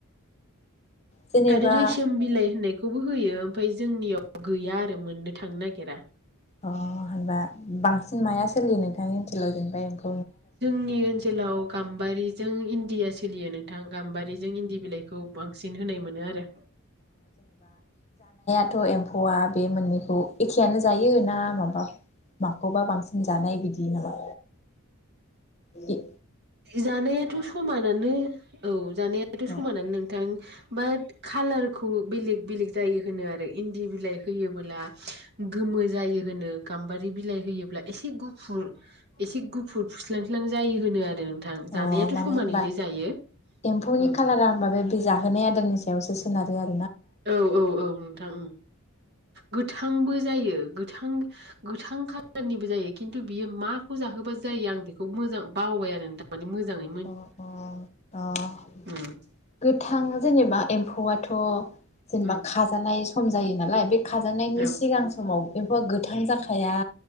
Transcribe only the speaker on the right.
आरो रेसोम बिलाइ होननाय खौबो होयो ओमफाय जोंनियाव गैया आरो मोननो थांनो नागिरा।
जोंनि ओनसोलाव गाम्बारिजों इण्डिया सो लियो नोंथां गाम्बारिजों इन्दि बिलाइखौ बांसिन होनाय मोनो आरो
जानायाथ' समानानो औ जानायाथ'
समानानो नोंथां बाट खालारखौ खौ बेलेक बेलेख जायो होनो आरो इन्दि बिलाय होयोबोला गोमो जायो होनो गामबारि बिलाइ होयोबोला एसे गुफुर एसे गुफुर फुस्लां स्लां जायो होनो आरो नोंथां
जानायाथ'
समानैनो
जायो
उम
औ औ औ नोंथां गोथांबो जायो। थां गोथां कालारनिबो जायो खिन्थु बियो माखौ जाहोबा जायो आं बेखौ मोजां बावबाय आरोे नोंथां मोजाङै
ओम
उम
औ